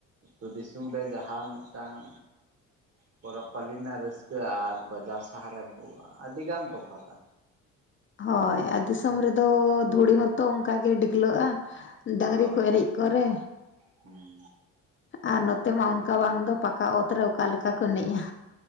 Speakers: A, on the right; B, on the left.
A: ᱟᱹᱛᱩ ᱫᱤᱥᱚᱢ ᱨᱮ ᱡᱟᱦᱟᱸ ᱢᱤᱫ ᱴᱟᱝᱼᱼ ᱯᱚᱨᱚᱵᱽ ᱯᱟᱞᱤ ᱱᱟᱜ ᱨᱟᱹᱥᱠᱟᱹ ᱟᱨ ᱵᱟᱡᱟᱨ ᱥᱟᱦᱟᱨ ᱨᱮ ᱵᱚ ᱟᱰᱤ ᱜᱟᱱ ᱛᱚᱯᱷᱟ ᱛᱟ᱾
B: ᱦᱳᱭ ᱟᱨ ᱫᱤᱥᱚᱢ ᱨᱮᱫᱚ ᱫᱷᱩᱲᱤ ᱦᱚᱸᱛᱚ ᱚᱱᱠᱟ ᱜᱮ ᱰᱤᱜᱞᱟᱹᱜᱼᱟ᱾ ᱰᱟᱝᱨᱤ
A: ᱦᱳᱭ
B: ᱠᱚ ᱮᱱᱮᱡ ᱠᱚᱨᱮ᱾
A: ᱦᱩᱸ
B: ᱟᱨ ᱱᱚᱛᱮ ᱢᱟ ᱚᱱᱠᱟ ᱵᱟᱝ ᱫᱚ ᱯᱟᱠᱟ ᱚᱛ ᱨᱮ ᱚᱠᱟ ᱞᱮᱠᱟ ᱠᱚ ᱮᱱᱮᱡᱼᱟ᱾